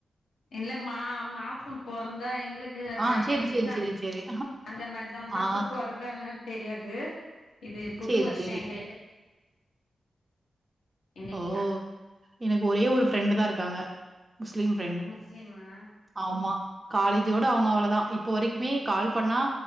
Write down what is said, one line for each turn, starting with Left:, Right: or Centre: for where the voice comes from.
Left: இல்ல மா மாசம் பொறந்தா எங்களுக்கு இல்ல
Right: ஆ
Left: ஜான
Right: சேரி
Left: இதுதா
Right: சேரி சேரி சேரி
Left: அந்த மாரிதா மாச
Right: ஆ
Left: பொற அதாதான் தெரியாது இது புது
Right: சேரி
Left: வர்ஷோ
Right: சேரி
Left: எங்களுக்கு இன்னைக்குதா
Right: ஓ எனக்கு ஒரே ஒரு ஃப்ரெண்ட்டு தா இருக்காங்க முஸ்லீம் ஃப்ரெண்டு
Left: முஸ்லீமா
Right: ஆமா காலேஜோட அவுங்க அவ்ளோதா இப்ப வரைக்குமே கால் பண்ணா